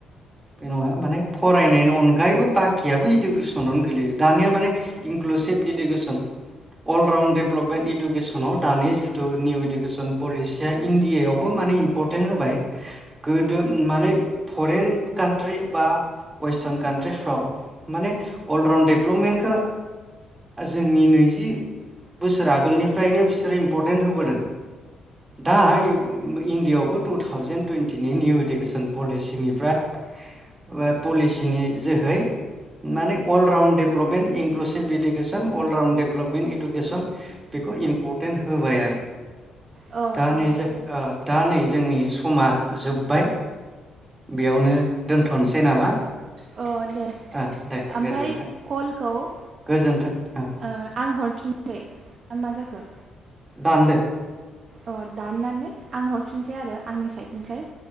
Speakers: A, on the right (about 25°); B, on the right (about 50°).
A: बे नङा माने फरायनायनि अनगायैबो बाखियाबो इडुकेसनावनो गोलैयो दानिया माने इनक्लुसिभ इडुकेसन अलराउन्ड डेभेलपमेन्ट इडुकेसनाव दानि जिथु निउ इडुकेसन पलिसिया इण्डियआव बो माने इम्परटेन्ट होबाय गोदो माने फरेन कान्ट्रि बा वेस्टारन कान्ट्रिफ्राव माने अलराउन्ड डेभलपमेन्टखौ जोंनि नैजि बोसोर आगोलनिफ्रायनो बिसोरो इम्परटेन्ट होबोदों दा इण्डिआवबो टु थावजेन टुवन्टिनि निउ इडुकेसन पलिसिनिफ्राय पलिसिनि जोहै माने all round development inclusive education all round development education बेखौ इम्परटेन्ट होबाय आरो
B: औ
A: दा
B: औ
A: नै जों ओ दा नै जोंनि समा जोब्बाय बेयावनो दोनथ नोसै नामा।
B: अ दे
A: ओ दे
B: ओमफ्राय
A: गोजोन्थों
B: कलखौ ओ
A: गोजोन्थों ओ
B: आं हरफिनसै मा जायो? खो
A: दान्दो
B: औ दानानै आं हरफिनसै आरो आंनि साइ- ओमफ्राय